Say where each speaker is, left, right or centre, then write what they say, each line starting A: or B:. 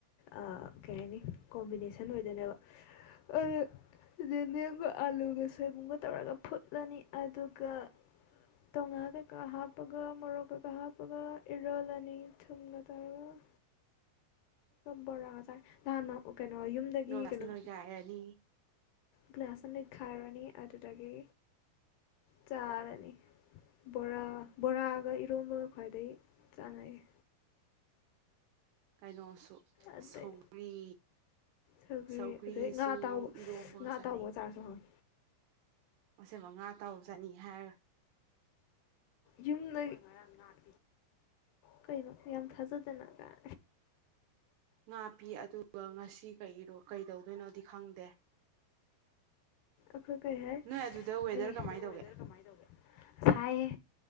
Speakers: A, on the left; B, on the right.
A: ꯑ ꯀꯩ ꯍꯥꯏꯅꯤ ꯀꯣꯝꯕꯤꯅꯦꯁꯟ ꯑꯣꯏꯗꯅꯦꯕ ꯑꯗꯨ ꯂꯦꯝꯒ ꯑꯥꯂꯨꯒ ꯁꯣꯏꯕꯨꯝꯒ ꯇꯧꯔꯒ ꯐꯨꯠꯂꯅꯤ ꯑꯗꯨꯒ ꯇ ꯉꯗ ꯀ ꯍꯥꯞꯒ ꯃꯔꯣꯛ ꯀꯩꯒ ꯍꯥꯞ ꯒ ꯏꯔꯣꯜꯅꯤ ꯊꯝꯕ ꯇꯧꯔꯒ ꯕꯣꯔꯥ ꯉꯁꯥꯏ ꯅꯍꯥꯟ ꯀꯩꯅꯣ ꯌꯨꯝꯗꯒꯤ
B: ꯂꯣꯏꯒꯥꯁꯨ
A: ꯀꯩꯅꯣ
B: ꯂꯣꯏꯒꯥꯏꯔꯅꯤ
A: ꯒ꯭ꯂꯥꯁꯅꯤ ꯈꯥꯏꯔꯅꯤ ꯑꯗꯨꯗꯒꯤ ꯆꯥꯔꯅꯤ ꯕꯣꯔꯥ ꯕꯣꯔꯥꯒ ꯏꯔꯣꯝꯕꯒ ꯈ꯭ꯋꯥꯏꯗꯒꯤ ꯆꯥꯟꯅꯩꯌꯦ
B: ꯀꯩꯅꯣꯁꯨ
A: ꯑꯗꯩ
B: ꯁꯧꯒ꯭ꯔꯤ
A: ꯁꯧꯒ꯭ꯔꯤ
B: ꯁꯧꯒ꯭ꯔꯤꯁꯨ
A: ꯑꯗꯩ ꯉꯥ ꯑꯇꯥꯎꯕ
B: ꯏꯔꯣꯝꯕ
A: ꯉꯥ
B: ꯆꯥꯟꯅꯩ
A: ꯑꯇꯥꯎꯕꯒ ꯆꯥꯔꯁꯨ ꯍꯥꯎꯋꯤ
B: ꯑꯁꯕ ꯉꯥ ꯇꯧ ꯆꯅꯤ ꯍꯥꯏꯔ
A: ꯌꯨꯝꯗꯒꯤ ꯉꯥꯡ ꯀꯩꯅꯣ ꯌꯥꯝ ꯊꯥꯖꯗꯅ ꯀꯥꯢ
B: ꯉꯥꯞꯄꯤ ꯑꯗꯨꯒ ꯉꯁꯤ ꯀꯔꯣ ꯀꯩꯗꯧꯗꯣꯏꯅꯣꯗꯤ ꯈꯪꯗꯦ
A: ꯑꯩꯈꯣꯏ ꯀꯩ ꯍꯥꯏ
B: ꯅꯣꯏ ꯑꯗꯨꯗ ꯋꯦꯗꯔ
A: ꯑꯩꯩꯅ
B: ꯀꯃꯥꯏꯅ
A: ꯁꯤꯗ
B: ꯇꯧꯒꯦ
A: ꯋꯦꯗꯔ ꯀꯃꯥꯏꯅ ꯇꯧꯒꯦ ꯁꯥꯢꯌꯦ